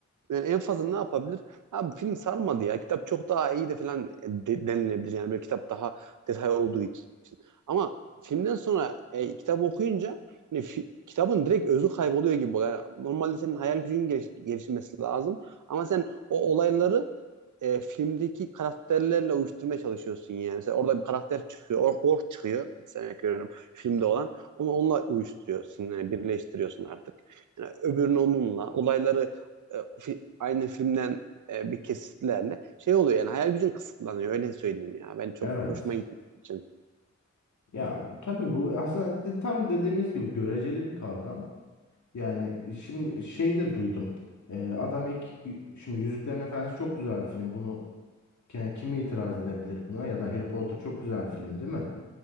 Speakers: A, on the right; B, on the left.
A: yani en fazla ne yapabilir? Abi film sarmadı ya kitap çok daha iyi de falan de- denilebilir yani böyle kitap daha detay olduğu için. Ama filmden sonra e, kitap okuyunca hani fi- kitabın direkt özü kayboluyor gibi oluyor. Yani normalde senin hayal gücünün geliş- gelişmesi lazım ama sen o olayları e, filmdeki karakterlerle uyuşturmaya çalışıyorsun yani. Mesela orada bir karakter çıkıyor, or, ork çıkıyor. Mesela görüyorum filmde olan. Onu onunla uyuşturuyorsun yani birleştiriyorsun artık. Yani öbürünü onunla, olayları e, fi- aynı filmden e, bir kesitlerle şey oluyor yani hayal gücün kısıtlanıyor öyle söyleyeyim ya. Ben çok
B: Evet.
A: hoşuma gitmediği için.
B: Ya tabii bu aslında de- tam dediğimiz gibi göreceli bir kavram. Yani şimdi şey de duydum. Ee, adam ilk şimdi Yüzüklerin Efendisi çok güzel bir film. Bunu yani kimi itiraz edebilir buna? Ya da Harry Potter çok güzel bir film değil mi?